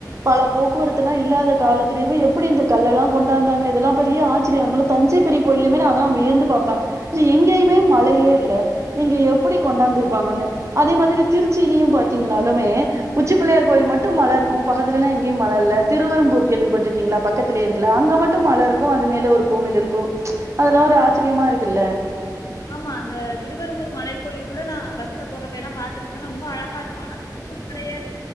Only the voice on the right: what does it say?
பல போக்குவரத்து எல்லா இல்லாத காலத்திலயுமே எப்டி இந்த கல்லெல்லா கொண்டாந்தாங்க இதெல்லா பெரிய ஆச்சரிய இருக்கு இல்ல தஞ்சை பெரிய கோயிலுமே நா எல்லா வியந்து பாப்பே எங்கேயுமே மலயே இல்ல இங்க எப்டி கொண்டாந்து இருப்பாங்கன்னு அதே மாரி திருச்சியிலயு பாத்தீங்கன்னாலுமே உச்சிப்பிள்ளையார் கோயில் மட்டு மல இருக்கு பக்கத்துல எல்லா எங்கேயு மல இல்ல திருவரம்பூர் கேள்விப்பட்டிருக்கீங்களா பக்கத்லே இருக்குல அங்க மட்டு மல இருக்கு அது மேல ஒரு கோவில் இருக்கு அதெல்லா ஒரு ஆச்சரியமா இருக்குல்ல